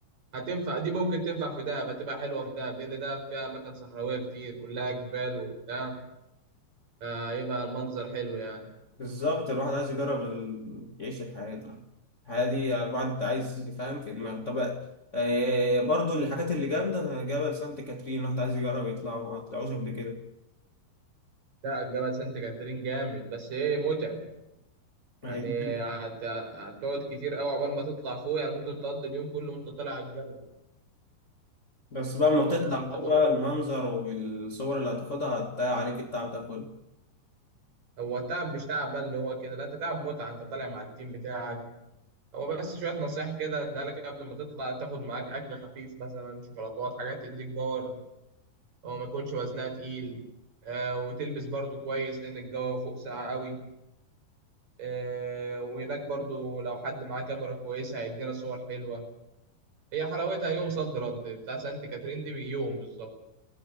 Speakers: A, on the right; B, on the left.
A: هتنفع دي ممكن تنفع في دهب هتبقى حلوة في دهب لأن دهب فيها أماكن صحراوية كتير كلها جبال وبتاع فيبقى المنظر حلو يعني
B: بالظبط الواحد عايز يجرب ال... يعيش الحياة دي الحياة دي الواحد عايز يفهم في دماغه طب آه، برضو الحاجات اللي جامدة زي جبل سانت كاترين الواحد عايز يجرب يطلعه ما طلعوش قبل كده
A: لا جبل سانت كاترين جامد بس إيه متعب يعني
B: ما هي دي الفكرة.
A: هت- هتقعد كتير أوي عقبال ما تطلع فوق يعني ممكن تقضي اليوم كله وأنت طالع على الجبل
B: بس بقى ما تطلع
A: لازم تاخد
B: فوق بقى المنظر والصور اللي هتاخدها هتضيع عليك التعب ده كله
A: هو تعب مش تعب بقى اللي هو كده لا انت تعب متعة انت طالع مع التيم بتاعك هو بس شوية نصايح كده اديها لك قبل ما تطلع تاخد معاك أكل خفيف مثلا شوكولاتات حاجات تديك باور أو ما يكونش وزنها تقيل آه وتلبس برضو كويس لأن الجو فوق ساقع قوي آه وهناك برضو لو حد معاه كاميرا كويسة هيدينا صور حلوة هي حلاوتها يوم صد رد بتاع سانت كاترين دي بيوم بالظبط